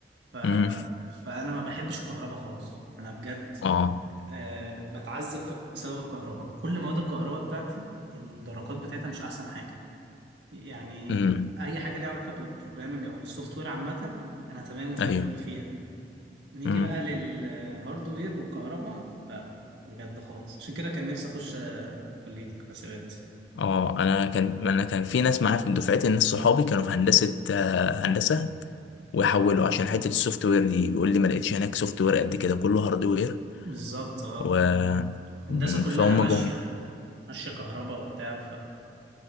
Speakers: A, on the right; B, on the left.
A: ف...
B: مم.
A: فانا ما بحبش الكهرباء خالص انا بجد
B: اه
A: آه بتعذب في- بسبب الكهرباء كل مواد الكهرباء بتاعتي الدرجات بتاعتها مش احسن حاجه يعني
B: امم
A: اي حاجه ليها علاقه بالبروجرامنج او بالسوفت وير عامه انا تمام وزي
B: ايوه
A: الفل فيها نيجي
B: امم
A: بقى للهاردوير والكهرباء لا بجد خالص عشان كده كان نفسي اخش آه، كليتك حاسبات
B: اه انا كان انا كان في ناس معايا في دفعتي ناس صحابي كانوا في هندسه آه، هندسه ويحولوا
A: اه
B: عشان حته السوفت وير دي بيقول لي ما لقيتش هناك سوفت وير قد كده كله هاردوير
A: بالظبط اه
B: و
A: هندسه
B: مم،
A: كلها
B: فهم
A: ماشيه
B: جم
A: ماشيه كهرباء وبتاع